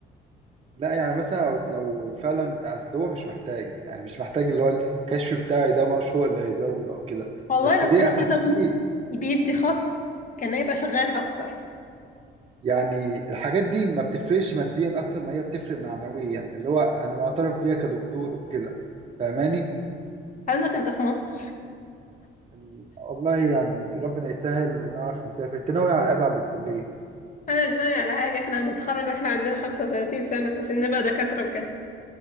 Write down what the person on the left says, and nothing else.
والله
لو
كانوا
كتبوا بيدي خصم كان هيبقى شغال اكتر
حضرتك انت في مصر
انا مش ناوي على حاجه احنا هنتخرج واحنا عندنا 35 سنه عشان نبقى دكاتره بجد